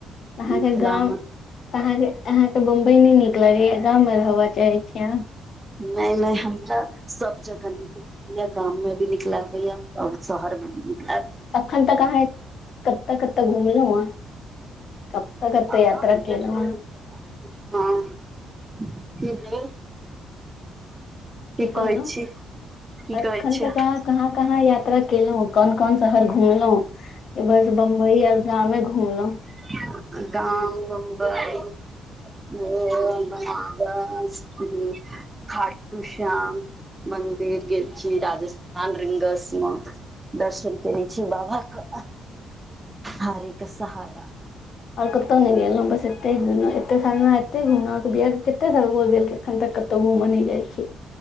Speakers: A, on the left (about 60°); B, on the right (about 15°).
A: अहाँके
B: मिथिलामे
A: गाँव <inaudible> अहाँके अहाँ के बम्बई न नीक लगेया गाम में रहब चाहे छीये अहाँ
B: नाए नाए हमरा सब जगह न गाँव में भी निक लागैए और शहर में भी निक लागै
A: अखन तक अहाँ <inaudible> कतक कतक घूमलू ह <inaudible> कत कत
B: हँ
A: याता कोलौ ह
B: <unintelligible>
A: की कहलहु
B: कहै छी की कहै
A: <inaudible> एखन
B: छै
A: तऽ अहा कहाँ कहाँ यात्रा केलहुं कोन कोन शहर घूमलों हुं की बस बम्बई आर घूमलों हु
B: <unintelligible> <unintelligible> खाटू श्याम मंदिर गेल छी राजस्थान रिंगस म दर्शन कनै छी बाबा क हारे क सहारा
A: और कतहु नहि गेलू बस एते एते साल मे एते घुमल आहाँ के बियाह के कते साल भेल गेल एखन तक कतौ घूमऽ नहि जाइ छै